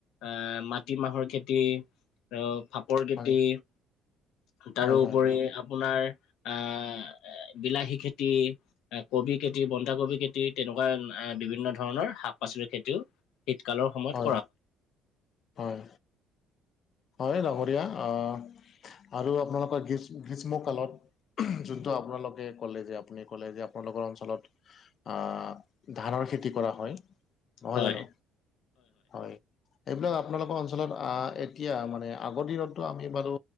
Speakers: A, on the left; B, on the left.
A: আহ মাটিমাহৰ খেতি আহ ফাপৰ খেতি-
B: হয়
A: তাৰোপৰি
B: হয় হয়
A: আপোনাৰ আহ বিলাহী খেতি। কবি কেটি বন্ধাকবি কেটি তেনেকুৱা বিভিন্ন ধৰণৰ শাক- পাচলিৰ খেতিও শীতকালৰ সময়ত-
B: হয়, হয়। হয় ডাঙৰীয়া অঁ আৰু আপোনালোকৰ গ্ৰী গ্ৰীষ্মকালত- যোনটো আপোনালোকে ক'লে যে আপুনি ক'লে যে আপোনালোকৰ অঞ্চলত- অঁ ধানৰ খেতি কৰা হয়। নহয়
A: হয়
B: জানো হয় এইবিলাক আপোনালোকৰ অঞ্চলত আহ- এতিয়া মানে আগৰ দিনতটো আমি বাৰু